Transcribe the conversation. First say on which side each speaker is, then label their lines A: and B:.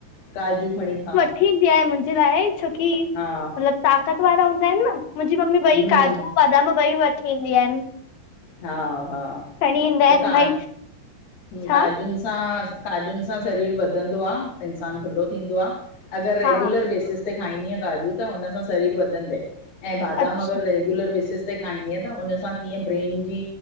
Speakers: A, on the left; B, on the left.
A: काजू खणी खा।
B: ठीकु जे आहे मुंहिंजे लाइ। छोकी मतिलबु
A: हा
B: ताक़त वारा हूंदा आहिनि न, मुंहिंजी मम्मी ॿई
A: हम्म
B: काजू बादाम ॿई व थींदी आहिनि।
A: हा-हा
B: खणी ईंदा
A: अ
B: आहिनि
A: का
B: भई छा
A: काजूनि सां काजुन सां शरीर वधंदो आ, इंसान थुलो थींदो आ, अॻर रेगुलर
B: हा
A: बेसिस खाईंदियं काजू त हुनसा शरीर वदंदय, ऐं बादाम
B: अच्छा
A: अॻर रेग रेगुलर बेसेस ते खाईंदियं त, उन सां कीअं ब्रेन जी